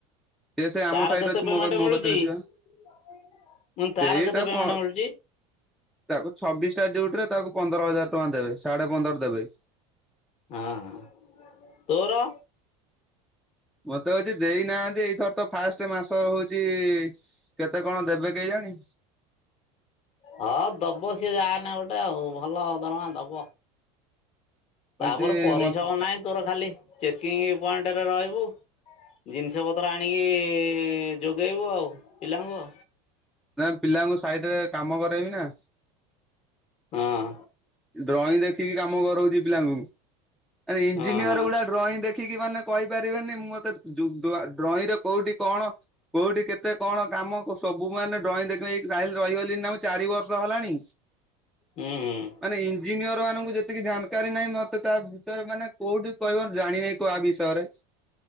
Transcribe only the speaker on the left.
ତାର
କେତେ
ପେମେଣ୍ଟ
ମିଳୁଚି?
ମୁଁ
କହିନି ତାର
କେତେ
ପେମେଣ୍ଟ ମିଳୁଚି?
ହଁ, ତୋର?
ହଁ ଦବ ସିଏ ଯା ହେନେ ଗୋଟେ ଆଉ ଭଲ ଦରମା ଦବ। ତାପରେ
ପରିଶ୍ରମ
ନାହିଁ ତୋର ଖାଲି ଚେକିଂ ପଏଣ୍ଟରେ ରହିବୁ। ଜିନିଷ ପତ୍ର ଆଣିକି ଯୋଗେଇବୁ ଆଉ ପିଲାଙ୍କୁ।
ହଁ।
ହଁ ହଁ
ହୁଁ, ହୁଁ।